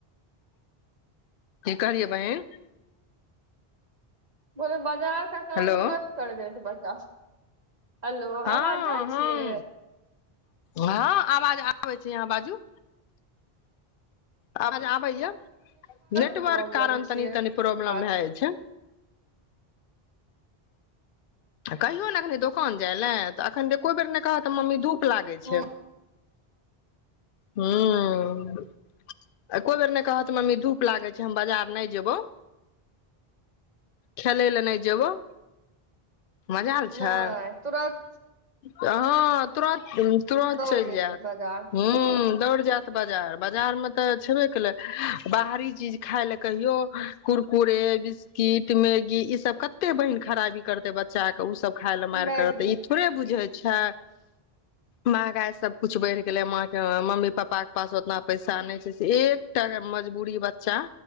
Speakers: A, on the left; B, on the right.
A: की कहलियै बहिन
B: बोल ब बाजारके काम
A: हेलो
B: तुरत कर देत बच्चा सब हलो
A: हँ
B: आबाज जाइ
A: हँ
B: छियै
A: हँ आवाज आबै छै अहाँ बाजू आवाज आब बैयै नेटवर्क
B: के प्रॉब्लम
A: कारण
B: छियै
A: तनि तनि प्रॉब्लम
B: आज
A: भए जाइ छै कहियौ ने एखनि दोकान जाय लए तऽ एखन एको बेर नहि कहत तऽ मम्मी धूप लागै
B: हूँ
A: छै ह्म एको बेर नहि कहत मम्मी धूप लागै छै हम बाजार नहि जेयबौ खेलय लए नहि जेबौ मजाल छै
B: नहि तुरत
A: हँ तुरत तुरत
B: दौड़
A: चलि
B: जेतै
A: जायत
B: बाजार
A: ह दौड़ जैत बाजार बाजार मे तऽ छेबे केलै बाहरी चीज खाय ले कहियो कुरकुरे बिस्किट मैगी ई सब कते बहिन खराबी करते बच्चा के ओ सब खाय लए मार
B: मैगी
A: करत ई थोड़े बुझत छै महगाई सबकुछ बढ़ि गेलै मा हमर मम्मी पप्पाक पास ओतना पैसा नहि एकटा मजबूरी बच्चा